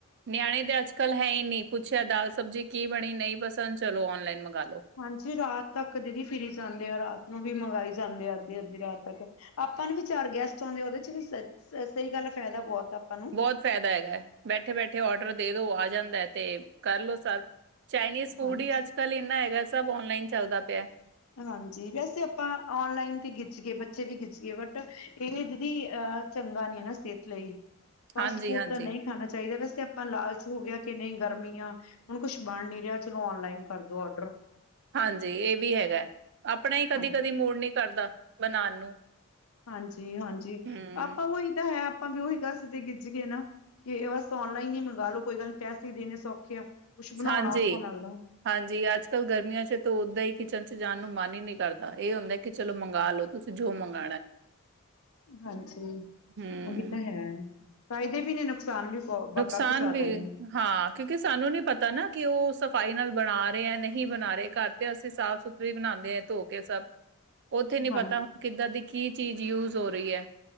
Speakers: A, on the right; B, on the left.
A: ਨਿਆਣੇ ਤਾਂ ਅੱਜ ਕੱਲ੍ਹ ਹੈ ਹੀ ਨਹੀਂ। ਪੁੱਛਿਆ ਦਾਲ ਸਬਜ਼ੀ ਕੀ ਬਣੀ ਨਹੀਂ ਪਸੰਦ ਚਲੋ ਆਨਲਾਈਨ ਮੰਗਾ ਲੋ।
B: ਹਾਂਜੀ, ਰਾਤ ਤੱਕ ਦੀਦੀ ਫਿਰੀ ਜਾਂਦੇ ਆ ਰਾਤ ਨੂੰ ਵੀ ਮੰਗਵਾਈ ਜਾਂਦੇ ਆ ਅੱਧੀ ਅੱਧੀ ਰਾਤ ਤੱਕ। ਆਪਾਂ ਨੂੰ ਵੀ ਚਾਰ ਗੈਸਟ ਆਉਂਦੇ ਆ ਉਹਦੇ ਚ ਵੀ ਸਹੀ ਗੱਲ ਹੈ ਫਾਇਦਾ ਬਹੁਤ ਆਪਾਂ ਨੂੰ।
A: ਬਹੁਤ ਫਾਇਦਾ ਹੈਗਾ, ਬੈਠੇ ਬੈਠੇ ਔਡਰ ਦੇ ਦੋ ਆ ਜਾਂਦਾ ਤੇ ਕਰਲੋ ਸਰ ਚਾਈਨੀਜ਼ ਫੂਡ
B: ਹਾਂਜੀ
A: ਹੀ ਅੱਜ ਕੱਲ੍ਹ ਇਨਾ ਹੈਗਾ ਸਭ ਆਨਲਾਈਨ ਚੱਲਦਾ ਪਿਆ
B: ਹਾਂਜੀ ਵੈਸੇ ਆਪਾਂ, ਆਨਲਾਈਨ ਤੇ ਖਿੱਚ ਗਏ ਬੱਚੇ ਵੀ ਖਿੱਚ ਗਏ ਬਟ ਇਹ ਦੀਦੀ ਅਹ ਚੰਗਾ ਨੀ ਹੈ ਨਾ ਸਿਹਤ ਲਈ ਫਾਸਟ
A: ਹਾਂਜੀ
B: ਫੂਡ
A: ਹਾਂਜੀ
B: ਤਾਂ ਨਹੀਂ ਖਾਣਾ ਚਾਹੀਦਾ ਵੈਸੇ ਆਪਾਂ ਲਾਲਚ ਹੋ ਗਿਆ ਕਿ ਨਹੀਂ ਗਰਮੀਆਂ ਹੁਣ ਕੁਛ ਬਣ ਨੀ ਰਿਹਾ ਚਲੋ ਆਨਲਾਈਨ ਕਰਦੋ ਔਡਰ,
A: ਹਾਂਜੀ, ਇਹ ਵੀ ਹੈਗਾ ਆਪਣਾ ਹੀ ਕਦੀ
B: ਹਾਂਜੀ
A: ਕਦੀ ਮੂੜ ਨੀ ਕਰਦਾ ਬਣਾਉਣ ਨੂੰ,
B: ਹਾਂਜੀ-ਹਾਂਜੀ,
A: ਹਮ
B: ਆਪਾਂ ਉਹੀ ਤਾਂ ਹੈ ਆਪਾਂ ਵੀ ਉਹੀ ਗ ਤੇ ਗਿੱਜ ਗਏ ਨਾ ਕਿ ਬਸ ਆਨਲਾਈਨ ਹੀ ਮੰਗਵਾ ਲੋ ਕੋਈ ਗੱਲ ਨ ਪੈਸੇ ਦੇਣੇ ਸੌਖੇ ਆ। ਬਣਾਉਣਾ
A: ਸਾਂਝੇ,
B: ਔਖਾ ਲੱਗਦਾ
A: ਹਾਂਜੀ, ਅੱਜ ਕੱਲ੍ਹ ਗਰਮੀਆਂ ਚ ਤਾਂ ਓਦਾਂ ਹੀ ਕਿਚਨ ਚ ਜਾਣ ਨੂੰ ਮਨ ਹੀ ਨਹੀਂ ਕਰਦਾ, ਇਹ ਹੁੰਦਾ, ਕਿ, ਚਲੋ ਮੰਗਵਾ ਲੋ ਤੁਸੀਂ ਜੋ ਮੰਗਾਵਾਉਣਾ।
B: ਹਾਂਜੀ,
A: ਹੂੰ,
B: ਉਹੀ ਤਾਂ ਹੈ, ਫਾਇਦੇ ਵੀ ਨੇ ਨੁਕਸਾਨ ਵੀ <unintelligible>
A: ਨੁਕਸਾਨ
B: ਕਾਫ਼ੀ ਜ਼ਿਆਦਾ
A: ਵੀ
B: ਨੇ।
A: ਹਾਂ, ਕਿਉਂਕਿ ਸਾਨੂੰ ਨੀ ਪਤਾ ਨਾ ਕਿ ਉਹ ਸਫ਼ਾਈ ਨਾਲ ਬਣਾ ਰਹੇ ਹੈ ਨਹੀਂ ਬਣਾ ਰਹੇ ਘਰ ਤੇ ਅਸੀਂ ਸਾਫ਼ ਸੁਥ ਥਰੇ ਵੀ ਬਣਾਉਂਦੇ ਹੈ ਧੋ ਕੇ ਸਭ।
B: <inaudible>
A: ਉੱਥੇ ਨੀ
B: ਹਾਂਜੀ।
A: ਪਤਾ ਹੁਣ ਕਿੱਦਾਂ ਦੀ ਕੀ ਚੀਜ਼ ਯੂਜ ਹੋ ਰਹੀ ਹੈ।